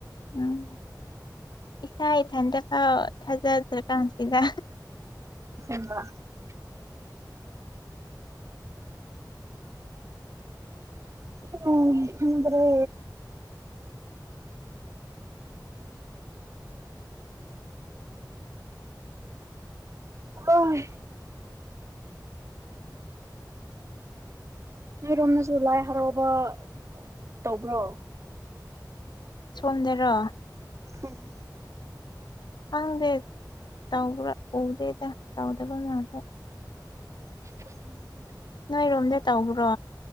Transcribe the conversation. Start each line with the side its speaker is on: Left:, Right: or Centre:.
Left: ꯎꯝ ꯏꯁꯥ ꯏꯊꯟꯗꯐꯥꯎ ꯊꯥꯖꯗ꯭ꯔ ꯀꯥꯟꯁꯤꯗ
Right: <inaudible> <unintelligible> ꯈꯪꯗ꯭ꯔꯦ ꯑ <unintelligible> ꯅꯣꯏꯔꯣꯝꯗꯁꯨ ꯂꯥꯏ ꯍꯔꯥꯑꯣ <unintelligible> ꯇꯧꯕ꯭ꯔꯣ
Left: ꯁꯣꯝꯗꯔꯣ
Right: ꯍꯝ <inaudible>
Left: ꯈꯪꯗꯦ <unintelligible> ꯎꯗꯦꯗ ꯇꯧꯗꯕ <unintelligible>
Right: <inaudible>
Left: ꯅꯣꯏꯔꯣꯝꯗ ꯇꯧꯕ꯭ꯔꯣ